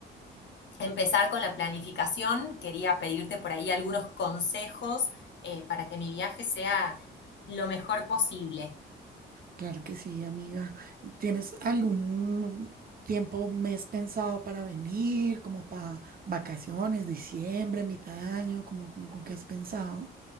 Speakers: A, on the left; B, on the right.
A: empezar con la planificación. Quería pedirte por ahí algunos consejos eh, para que mi viaje sea lo mejor posible.
B: Claro que sí, amiga. ¿Tienes algún tiempo, mes pensado para venir, como para vacaciones, diciembre, mitad de año, como, como- con qué has pensado?